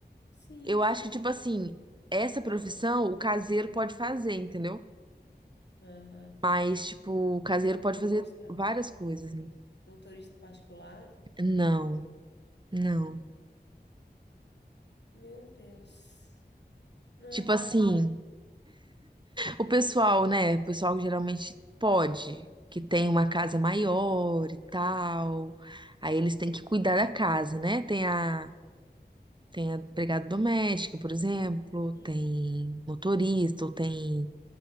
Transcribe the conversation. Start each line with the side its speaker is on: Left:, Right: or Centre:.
Left: sim.
Right: Eu acho que, tipo assim, essa profissão o caseiro pode fazer, entendeu?
Left: Ah,
Right: Mas, tipo, o caseiro
Left: motorista?
Right: pode fazer várias coisas.
Left: Motorista,
Right: né?
Left: motorista particular?
Right: Não, não.
Left: Meu Deus. Não
Right: Tipo
Left: é caseiro.
Right: assim, o pessoal, né? O pessoal que geralmente pode, que tem uma casa maior e tal.
Left: Sim,
Right: Aí eles têm que cuidar da casa, né? Tem a, tem a empregada doméstica, por exemplo,
Left: sim,
Right: tem motorista, ou tem